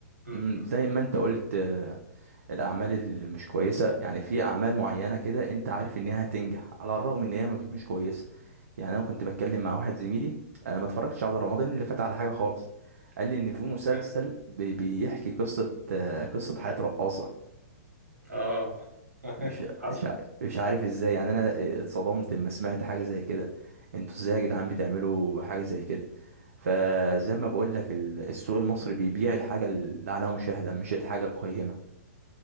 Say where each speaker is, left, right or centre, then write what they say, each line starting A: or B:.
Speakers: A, on the right (about 80°); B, on the right (about 65°).
A: م-
B: مم،
A: م-
B: زي ما انت قلت آه، الاعمال اللي مش كويسه يعني في اعمال معينه كده انت عارف انها هتنجح على الرغم ان هي مك- مش كويسه يعني انا كنت بتكلم مع واحد زميلي انا ما اتفرجتش على رمضان اللي فات على حاجه خالص قال لي ان في مسلسل
A: تمام.
B: بي- بيحكي قصه آه، قصه حياه رقاصه
A: آه <laughs>
B: مش مش ع-
A: حصل
B: مش عارف ازاي يعني انا اتصدمت لما سمعت حاجه زي كده انتوا ازاي يا جدعان بتعملوا حاجه زي كده فزي ما بقول لك ال- السوق المصري بيبيع الحاجه اللي عليها مشاهده مش الحاجه القيمه